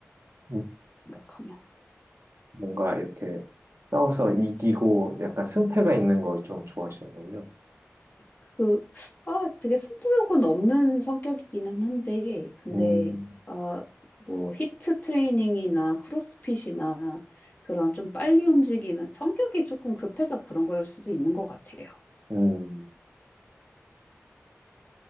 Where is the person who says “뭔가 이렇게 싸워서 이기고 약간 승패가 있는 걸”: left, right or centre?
Right